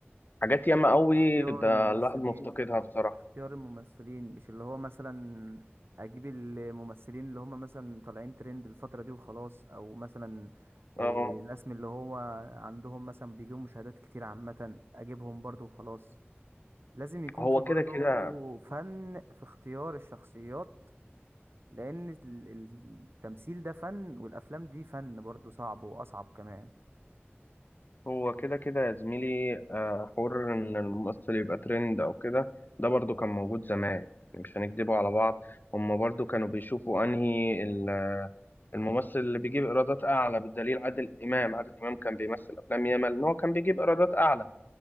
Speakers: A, on the left; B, on the right.
A: حاجات ياما قوي
B: اختيار
A: ده
B: الممثلين
A: الواحد مفتقدها بصراحة
B: اختيار الممثلين مش اللي هو مثلا اجيب الممثلين اللي هم مثلا طالعين ترند الفترة دي وخلاص او مثلا إيه،
A: آه،
B: ناس من اللي هو عندهم مثلا بيجيبوا مشاهدات كتير عامة اجيبهم برضو وخلاص لازم يكون
A: هو
B: في برضو
A: كده كده
B: فن في اختيار الشخصيات لان ال- ال- التمثيل ده فن والافلام دي فن برضو صعب واصعب كمان
A: هو كده كده يا زميلي آه، حوار إن الممثل يبقى ترند أو كده ده برضو كان موجود زمان يعني مش هنكدبه على بعض هما برضو كانوا بيشوفوا أنهي ال- الممثل اللي بيجيب إيرادات أعلى بالدليل عادل إمام عادل إمام كان بيمثل أفلام ياما إن هو كان بيجيب إيرادات أعلى